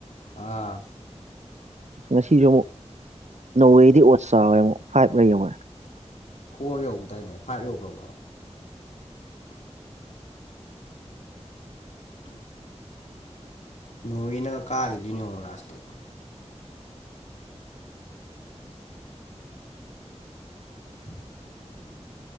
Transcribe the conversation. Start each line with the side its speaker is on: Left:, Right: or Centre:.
Left: ꯑꯥ
Right: ꯑꯁ ꯉꯁꯤꯁꯨ ꯑꯃꯨꯛ ꯅꯋꯦꯗꯤ ꯑꯣꯠ ꯆꯥꯎꯥꯋꯦ ꯑꯃꯨꯛ ꯐꯥꯏꯕ ꯂꯩ ꯌꯧꯔꯦ
Left: ꯐꯣꯔ ꯌꯧꯗꯏꯅꯦ ꯐꯥꯏꯚ ꯌꯧꯈ꯭ꯔꯕꯣ ꯅꯣꯡꯒꯤ ꯅꯪ ꯀꯥꯈꯤꯕꯗꯨꯅꯤ ꯌꯦꯣꯡꯉꯨ ꯂꯥꯁꯇꯣ <inaudible>